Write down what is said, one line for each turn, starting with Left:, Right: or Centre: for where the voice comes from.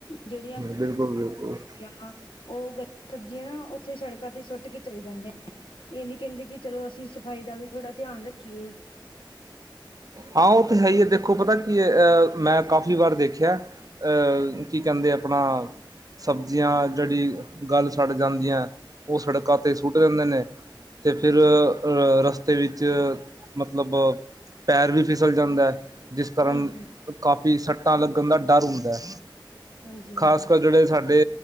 Left: ਜੇੜੀਆਂ
Right: ਬਿਲਕੁਲ-ਬਿਲਕੁਲ।
Left: ਜਾਂ ਓ ਗਲੀ ਸਬਜ਼ੀਆਂ ਨਾ ਉੱਥੇ ਸੜਕਾਂ ਤੇ ਸੁੱਟ ਕੇ ਚਲੇ ਜਾਂਦੇ ਨੇ। ਏਨੀ ਕੈਦੇ ਕਿ ਚਲੋ ਅਸੀਂ ਸਫ਼ਾਈ ਦਾ ਵੀ ਥੋੜ੍ਹਾ ਧਿਆਨ ਰੱਖੀਏ।
Right: ਹਾਂ ਓ ਤਾਂ ਹੈ ਈ ਐ ਦੇਖੋ ਪਤਾ ਕੀ ਏ ਮੈਂ ਕਾਫ਼ੀ ਵਾਰ ਦੇਖਿਆ। ਐ ਕੀ ਕਹਿੰਦੇ ਆਪਣਾ ਸਬਜ਼ੀਆਂ ਜੇੜੀ ਗੱਲ ਸੜ੍ਹ ਜਾਂਦੀਆਂ ਓ ਸੜਕਾਂ ਤੇ ਸੁੱਟ ਦਿੰਦੇ ਨੇ। ਤੇ ਫੇਰ ਰਸਤੇ ਵਿੱਚ ਮਤਲਬ ਪੈਰ ਵੀ ਫਿਸਲ ਜਾਂਦਾ ਜਿਸ ਕਾਰਨ
Left: ਹਾਂਜੀ
Right: ਕਾਫੀ ਸੱਟਾਂ ਲੱਗਣ ਦਾ ਡਰ ਹੁੰਦਾ ਹੈ
Left: ਹਾਂਜੀ ਹਾਂਜੀ
Right: ਖ਼ਾਸ ਕਰ ਜੇੜੇ ਸਾਡੇ